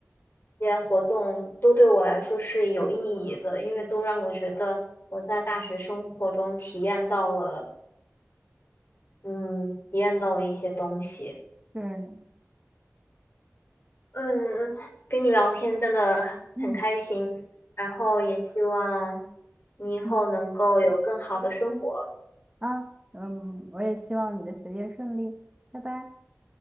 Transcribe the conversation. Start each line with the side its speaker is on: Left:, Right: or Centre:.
Left: 一些活动，都对我来说是有意义的，因为都让我觉得我在大学生活中体验到了，嗯，体验到了一些东西。
Right: 对，
Left: 嗯，跟你聊天真的很开心，
Right: 嗯
Left: 然后也希望你以后能够有更好的生活。
Right: 嗯。啊，嗯，我也希望你的学业顺利，拜拜。